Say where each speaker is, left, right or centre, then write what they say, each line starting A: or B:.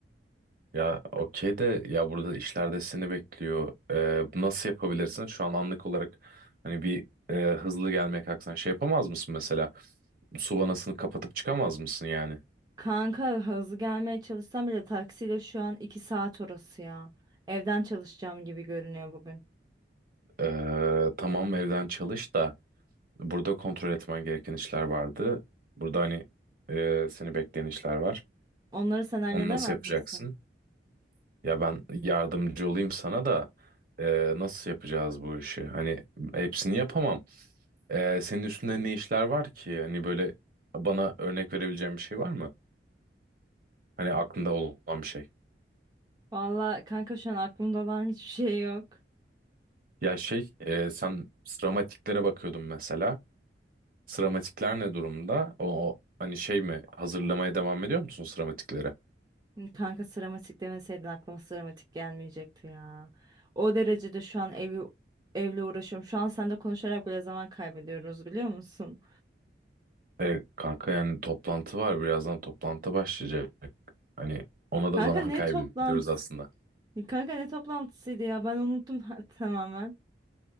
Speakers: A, on the right; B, on the right.
A: Ya okey de ya burada işlerde seni bekliyor. Ee, bu nasıl yapabilirsin? Şu an anlık olarak hani bir e, hızlı gelmeye kalksan şey yapamaz mısın mesela? Su vanasını kapatıp çıkamaz mısın yani?
B: Kanka hızlı gelmeye çalışsam bile taksiyle şu an 2 saat orası ya. Evden çalışacağım gibi görünüyor bugün.
A: Ee, tamam evden çalış da burada kontrol etmen gereken işler vardı. Burada hani e, seni bekleyen işler var.
B: Onları sen halledemez
A: Onu nasıl yapacaksın?
B: misin?
A: Ya ben yardımcı olayım sana da e, nasıl yapacağız bu işi? Hani hepsini yapamam. Ee, senin üstünde ne işler var ki? Hani böyle bana örnek verebileceğin bir şey var mı? Hani aklında olan bir şey.
B: Valla kanka şu an aklımda olan hiçbir şey yok.
A: Ya şey, e, sen sıramatiklere bakıyordun mesela. Sıramatikler ne durumda? O, o hani şey mi? Hazırlamaya devam ediyor musun sıramatikleri?
B: Kanka sıramatik demeseydin aklıma sıramatik gelmeyecekti ya. O derecede şu an evi evle uğraşıyorum. Şu an seninle konuşarak bile zaman kaybediyoruz biliyor musun?
A: E, kanka yani toplantı var. Birazdan toplantı başlayacak. Hani ona da
B: Kanka
A: zaman
B: ne
A: <laughs> kaybediyoruz
B: toplantısı?
A: aslında.
B: Kanka ne toplantısıydı ya ben unuttum <laughs> tamamen.